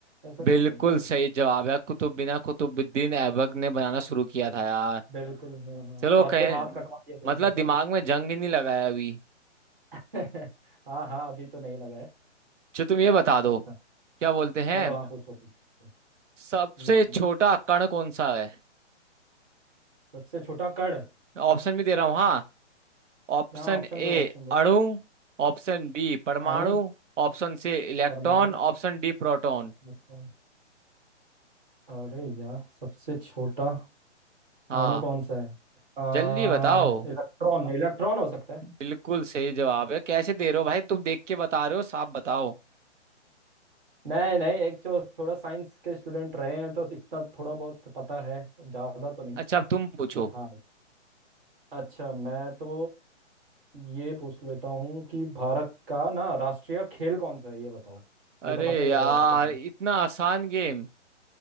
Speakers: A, on the right (about 45°); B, on the right (about 80°).
A: ऐसा कुछ
B: बिल्कुल
A: है
B: सही जवाब है कुतुबुद्दीन कुतुबुद्दीन ऐबक ने बनाना शुरू किया था यार
A: बिल्कुल हाँ हाँ
B: चलो
A: और
B: कहीं
A: फिर हाथ कटवा दिए थे
B: मतलब
A: ऐसा
B: दिमाग
A: कुछ
B: में जंग ही नहीं लगाया अभी
A: <laughs> हाँ हाँ अभी तो नहीं लगा है
B: जो तुम ये बता दो
A: अच्छा
B: क्या बोलते हैं
A: चलो हाँ पूछो पूछो
B: सबसे
A: हम्म,
B: छोटा कण कौन सा है
A: सबसे छोटा कण
B: ऑप्शन भी दे रहा हूँ हाँ ऑप्शन
A: यहाँ ऑप्शन
B: ए
A: दो ऑप्शन दो
B: अणु ऑप्शन बी परमाणु
A: अणु
B: option C electron
A: परमाणु
B: option D proton
A: इलेक्ट्रॉन अरे यार सबसे छोटा
B: हाँ
A: अणु कौन सा है आ,
B: जल्दी बताओ
A: इलेक्ट्रॉन इलेक्ट्रॉन हो सकता है
B: बिल्कुल सही जवाब है कैसे दे रहे हो भाई तुम देख के बता रहे हो साफ बताओ
A: <laughs> नहीं नहीं एक जो थोड़ा साइंस के स्टूडेंट रहे हैं तो इतना थोड़ा बहुत पता है ज्यादा तो नहीं
B: अच्छा अब तुम पूछो
A: और हाँ अच्छा मैं तो ये पूछ लेता हूँ कि भारत का ना राष्ट्रीय खेल कौन सा है ये बताओ
B: अरे
A: ये तो पता ही होगा
B: यार
A: वैसे तुम्हें
B: इतना आसान गेम